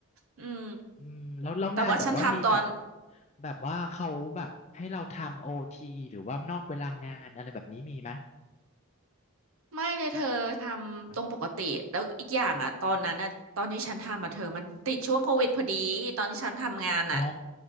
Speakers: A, on the right; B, on the left.
A: อืม
B: อืมแล้วแล้วงานแบบว่ามีแบบ
A: แต่ว่าฉันทำตอน
B: แบบว่าเขาแบบให้เราทำโอทีหรือว่านอกเวลางานอะไรแบบนี้มีไหม
A: ไม่เลยเธอทำตรงปกติแล้วอีกอย่างอ่ะตอนนั้นอ่ะตอนที่ฉันทำอ่ะเธอมันติดช่วงโควิดพอดีตอนที่ฉันทำงานอ่ะ
B: อะอ๋อ